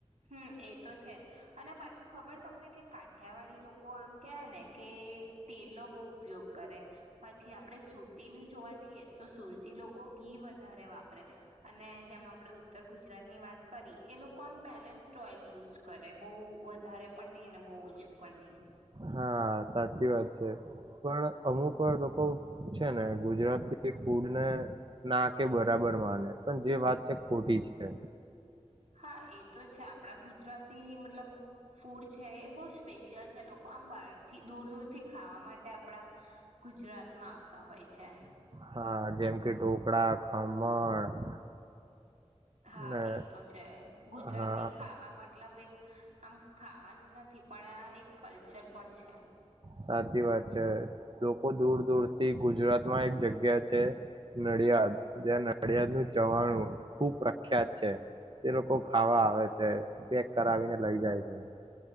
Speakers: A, on the right; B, on the right.
A: હમ એ તો છે અને પાછું ખબર તમને કે કાઠિયાવાડી લોકો આમ કહે ને કે તેલનો બહુ ઉપયોગ કરે પછી આપણે સુરતીનું જોવા જઈએ તો સુરતી લોકો ઘી વધારે વાપરે અને જેમ આપણે ઉત્તર ગુજરાતની વાત કરી એ લોકો આમ બેલેન્સ સ્ટઓલ યુઝ કરે બહઉ વધારે પણ નહી અને બહુ ઓછું પણ નહી.
B: હા સાચી વાત છે પણ અમુક વાર લોકો છે ને ગુજરાતી ફૂડને ના કે બરાબર મા પણ જે વાત છે ખોટી છે.
A: હા એ તો છે આપણા ગુજરાતી મતલબ ફૂડ છે એ બહુ સ્પેશિયલ છે લોકો આમ બહારથી દૂર દૂર થી ખાવા માટે આપડા ગુજરાતમાં આવતા. તા હોય છે.
B: હા જેમ કે ઢોકળા ખમણ
A: હા
B: ને
A: એ તો છે ગુજરાતી
B: હા
A: ખાવા મતલબ એક આમ ખાવાનું નથી પણ એક કલ્ચર પણ છે.
B: સાચી વાત છે લોકો દૂર દૂર થી ગુજરાતમાં એક જગ્યા છે નડિયાદ જ્યાં નડિયાદ નું ચવાણું ખુબ પ્રખ્યાત છે તે લોકો ખાવા આવે છે પેક કરાવીને લઈ જાય છે.